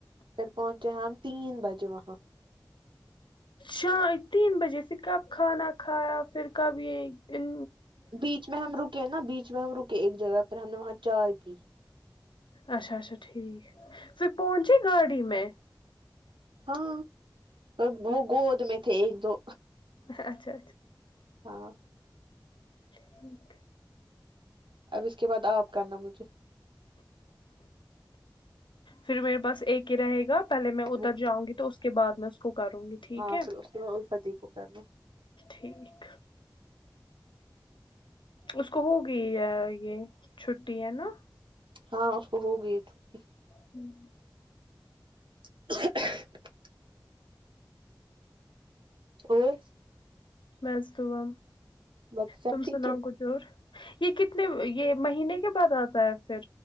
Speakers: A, on the right; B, on the left.
A: پھر پہنچے ہم تین بجے وہاں
B: شاید تین بجے پھر کب کھانا کھایا پھر کب یہ ایک دن
A: بیچ میں ہم رکے نا بیچ میں ہم رکے ایک جگہ پھر ہم نے وہاں چائے پی
B: اچھا اچھا ٹھیک پھر پہونچے گاڑی میں
A: ہاں تب وہ گود میں تھے ایک دو
B: اچھا اچھا
A: ہاں
B: ٹھیک
A: اب اس کے بعد آپ کرنا مجھے
B: پھر میرے پاس ایک ہی رہے گا پہلے میں ادھر
A: وہ
B: جاؤں گی تو اس کے بعد میں اس کو کروں گی ٹھیک
A: ہاں
B: ہے
A: پھر اس کے بعد الفتیح کو کرنا
B: ٹھیک اس کو ہوگی یا یہ چھٹی ہے نا
A: ہاں اس کو ہوگئی چھٹی
B: ہوں
A: <inaudible> اور
B: بس دعا
A: باقی سب
B: تم
A: ٹھیک
B: سناؤ
A: ہے
B: کچھ اور یہ کتنے یہ مہینے کے بعد آتا ہے پھر